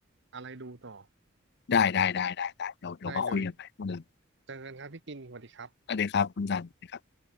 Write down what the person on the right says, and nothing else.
อะไรดูต่อ
ได้เลยเจอกันครับพี่กินสวัสดีครับ